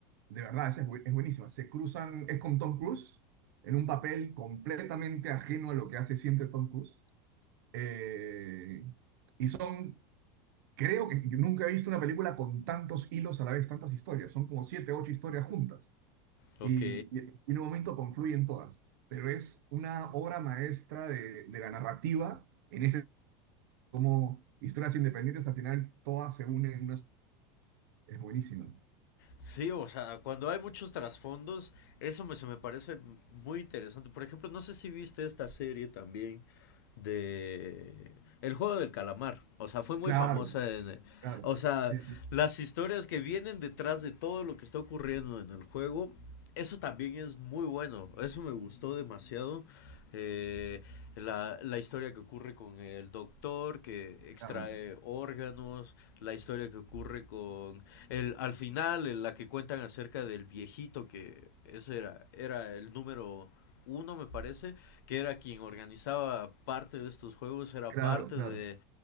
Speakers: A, on the right; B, on the left.
A: De verdad, esa es, bu- es buenísima. Se cruzan, es con Tom Cruise, en un papel completamente ajeno a lo que hace siempre Tom Cruise Eh, y son, creo que nunca he visto una película con tantos hilos a la vez, tantas historias. Son como siete, ocho historias juntas.
B: Ok.
A: Y, y- en un momento confluyen todas. Pero es una obra maestra de, de la narrativa en ese, como historias independientes, al final todas se unen en una. Es buenísimo.
B: Sí, o sea, cuando hay muchos trasfondos, eso me, se me parece muy interesante. Por ejemplo, no sé si viste esta serie también de El juego del calamar. O sea, fue muy
A: Claro,
B: famosa en...
A: claro.
B: O sea,
A: Sí, sí,
B: las historias que vienen detrás de todo lo que está ocurriendo en el juego, eso también es muy bueno. Eso me gustó demasiado. Eh, la, la historia que ocurre con el doctor que extrae
A: claro.
B: órganos, la historia que ocurre con el, al final, en la que cuentan acerca del viejito, que ese era, era el número uno, me parece, que era quien organizaba parte de estos juegos, era
A: Claro,
B: parte
A: claro.
B: de...